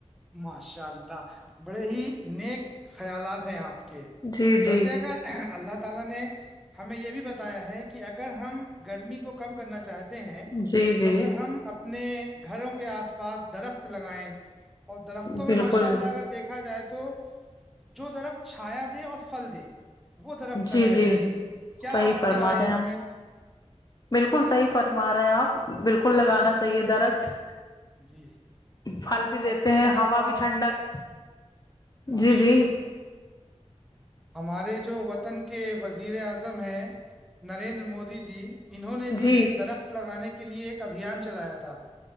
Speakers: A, in the centre; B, on the left.
A: ماشاء اللہ بڑے ہی نیک خیالات ہیں آپ
B: جی
A: ویسے
B: جی
A: اگر <unintelligible> <unintelligible> ہیں
B: جی
A: تو
B: جی
A: اگر ہم اپنے گھروں کے آس پاس درخت لگائیں <unintelligible> اور درختوں
B: بالکل
A: میں ماشاء اللہ اگر دیکھ <unintelligible> کہا جائے تو جو درخت چھایا دے اور فھل دے <unintelligible> وہ درخت لگائے
B: جی جی
A: جائیں
B: صحیح
A: کیا آپ
B: فرما
A: کی رائے
B: رہے
A: ہے
B: ہیں
A: اس
B: ہم
A: میں
B: بالکل صحیح فرما رہے ہیں آپ بالکل لگانا
A: جی جی
B: چاہیے درخت
A: جی <unintelligible>
B: پھل بھی دیتے
A: آپ کے
B: ہیں
A: گھر
B: ہوا
A: کے پاس
B: بھی ٹھنڈک
A: ماشاء
B: جی جی
A: اللہ ہمارے جو وطن کے وزیر اعظم ہیں نریندر مودی جی انہوں نے
B: جی
A: بھی درخت لگانے کے لیے ایک ابھیان چلایا تھا